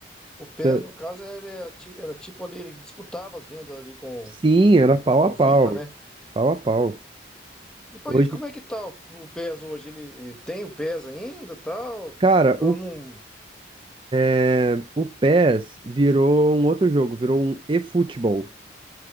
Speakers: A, in the centre; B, on the right.
A: O PES,
B: Tá-
A: no caso, ele é ti- era tipo ali, ele disputava as vendas ali com
B: Sim, era pau a
A: com
B: pau.
A: o FIFA, né?
B: Pau a pau.
A: E pô,
B: Hoje,
A: e como é que tá o f- o PES hoje? Ele ele tem o PES ainda, tal?
B: cara,
A: Eu
B: o,
A: não.
B: é, o PES virou um outro jogo, virou um eFootball.